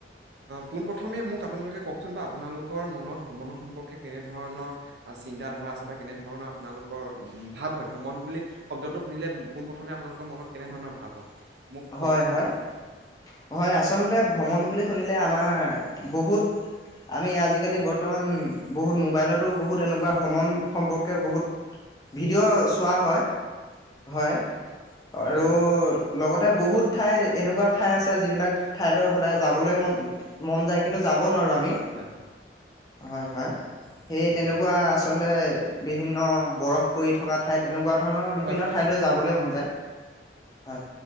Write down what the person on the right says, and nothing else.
পোনপ্ৰথমে মোক আপোনালোকে কওকচোন বা আপোনালোকৰ মনত ভ্ৰমণৰ সম্পৰ্কে কেনেধৰণৰ চিন্ত ধাৰা আছে বা কেনেধৰণৰ আপোনালোকৰ ভাৱ হয় ভ্ৰমণ বুলি শব্দটো শুনিলে পোন প্ৰথমে আপোনালোকৰ মনত কেনেধৰণৰ ভাৱ হয়? মোক
কওকচোন
বাৰু
হয় হয়
হয়
হয়
হয় হয়
হয় হয়
হয়